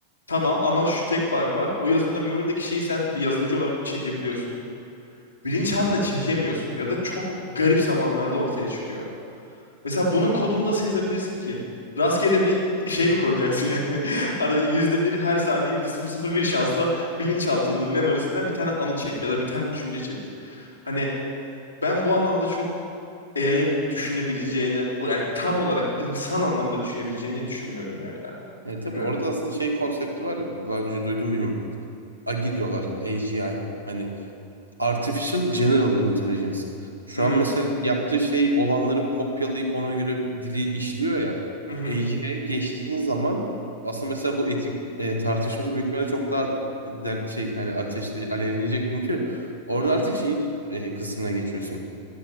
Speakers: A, on the left; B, on the right.
A: Tamam ama şu tek fark var. O yazılımda memory'deki şeyi sen bir yazılımcı olarak çekebiliyorsun. Bilinçaltına çekemiyorsun ya da çok garip zamanlarda ortaya çıkıyor. Mesela bunun kodunu nasıl yazabilirsin ki? Rastgele bir şey mi koyacaksın yani? <laughs> Ara yüzde bir her saniye yüzde sıfır sıfır bir şansla bilinçaltının memorisinden bir tane anı çek ya da bir tane düşünce çek. Hani ben bu anlamda çok AI'ın düşünebileceğini, o yani tam olarak insan anlamda düşünebileceğini düşünmüyorum ya ileride.
B: Yani tabii
A: Bilmiyorum.
B: orada aslında şey konsepti var. Daha önce duydum bilmiyorum. AGI diyorlar. A G I Hani Artificial General Intelligence. Şu
A: Hmm.
B: an mesela yaptığı şey olanları kopyalayıp ona göre dili işliyor ya.
A: Hı hı.
B: AI'ye geçtiğin zaman aslında mesela bu etik e, tartışması büyük ihtimalle çok daha der, şey hani ateş e, alevlenecek çünkü orada
A: Evet.
B: artık şeyi e, kısmına geçiyorsun.